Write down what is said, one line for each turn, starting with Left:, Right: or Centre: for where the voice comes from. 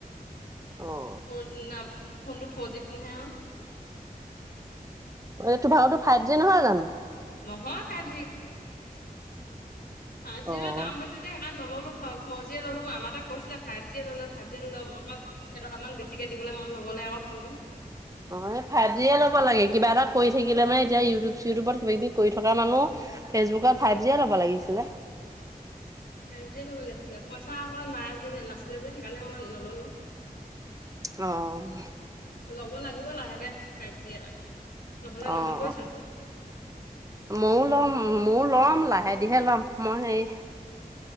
Right: অ',
Left: ফৰদ নাম ফোনটো ফৰ জি ফোন হে আৰু।
Right: এইটো ভাগৰতো ফাইভ জি নহয় জানো?
Left: নহয় ফাইভ জি। ফাইভ জি
Right: অ',
Left: দাম বেছি যে সেইকাৰণে নললো। ফ'ৰ জিয়ে ললো মই আমাটোৱে কৈছিলে ফাইভ জিয়ে লই ল' ফাইভ জিয়ে লই ল' মই আক কেটকামান বেছিকৈ দিবলৈ মন ন'গল। <unintelligible> আকৌ ফোনটোত।
Right: অ', ফাইভ জিয়ে লব লাগে কিবা এটা কৰি থাকিলে মানে এতিয়া ইউটিউব, চিউটিউবত কিবা কিবি কৰি থকা মানুহ ফেচবুকৰত
Left: উম,
Right: ফাইভ জিয়ে ল'ব লাগিছিলে।
Left: ফাইভ জিয়ে ল'ব লাগিছিলে পইচা আকৌ নাই যে নাছিলে যে সেইকাৰণে মই ন'ললো।
Right: অ'।
Left: ল'ব লাগিব লাহেকে ফাইভ জি এটা। নহ'লে নহ'বইচোন
Right: অ', অ', মওঁ ল'ম মোৰ লম লাহেধিৰে ল'ম। মই হেৰি